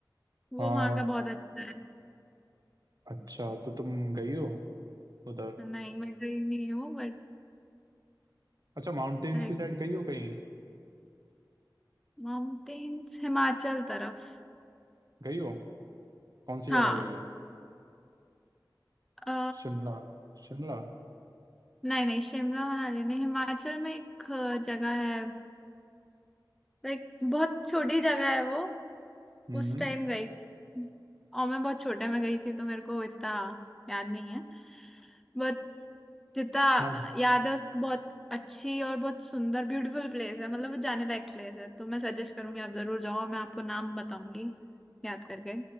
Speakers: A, in the centre; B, on the right.
A: वो
B: हाँ
A: वहाँ का बहुत अच्छा है
B: अच्छा तो तुम गई हो उधर
A: नहीं मैं गई नहीं हूँ बट
B: अच्छा माउंटेन्स
A: लाइक
B: की साइड गई हो कहीं
A: माउंटेन्स हिमाचल तरफ
B: गई हो कौन सी
A: हाँ
B: जगह गई हो
A: अ,
B: शिमला शिमला
A: नहीं नहीं शिमला मनाली नहीं हिमाचल में एक अ, जगह है लाइक बहुत छोटी जगह है वो
B: हम्म
A: उस टाइम गई थी। और मैं बहुत छोटे में गई थी तो मेरे को इतना याद नहीं है बट जितना
B: मैं
A: याद है बहुत अच्छी और बहुत सुंदर ब्यूटीफुल प्लेस है मतलब वो जाने लायक प्लेस है तो मैं सजेस्ट करूंगी आप जरूर जाओ और मैं आपको नाम बताऊंगी याद करके